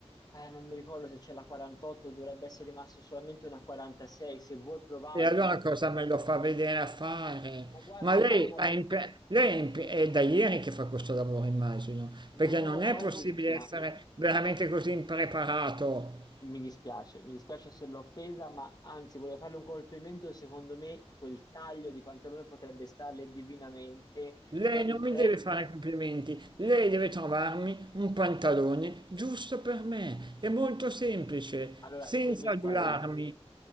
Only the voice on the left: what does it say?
eh, non mi ricordo se c'è la 48, dovrebbe essere rimasto solamente una 46, se vuol provarlo
comunque.
Ma guardi,
ha una...
vi-
No,
guardi,
ma
Mi dispiace, mi dispiace se l'ho offesa, ma anzi volevo farle un complimento, secondo me quel taglio di pantalone potrebbe starle divinamente,
però il
pre...
Allora,
quelli,
guardi,